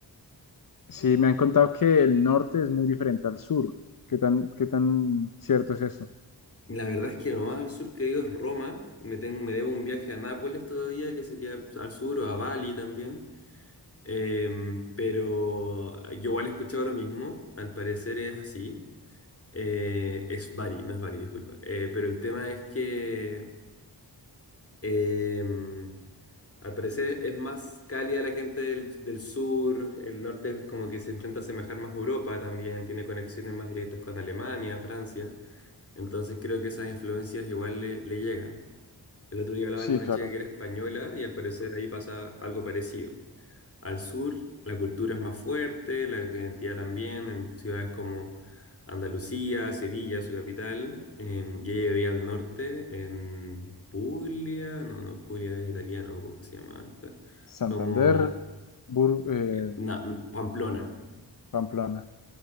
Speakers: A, on the left; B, on the left.
A: Sí, me han contado que el norte es muy diferente al sur. ¿Qué tan, qué tan cierto es eso?
B: La verdad es que lo más al sur que he ido es Roma. Me, tengo, me debo un viaje a Nápoles todavía, que sería pues, al sur o a Bali también. Em, pero yo igual he escuchado lo mismo, al parecer es así. Eh, es Bari, no es Bari, disculpa. Eh, pero el tema es que em, al parecer es más cálida la gente del, del sur, el norte es como que se intenta asemejar más a Europa también, tiene conexiones más directas con Alemania, Francia, entonces creo que esas influencias igual le, le llegan. El otro día hablaba
A: Sí,
B: con una
A: claro.
B: chica que era española y al parecer ahí pasa algo parecido. Al sur la cultura es más fuerte, la identidad también, en ciudades como Andalucía, Sevilla, su capital, em, y ella vivía al norte, en Puglia, no, no, Puglia es italiano, ¿cómo se llama esta?
A: Santander,
B: Como
A: Bur- eh,
B: eh, na- Pamplona.
A: Pamplona.